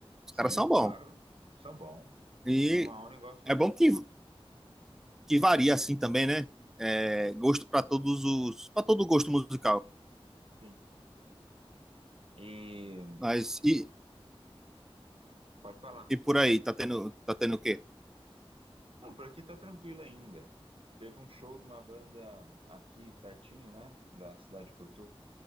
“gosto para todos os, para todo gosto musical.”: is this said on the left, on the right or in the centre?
Centre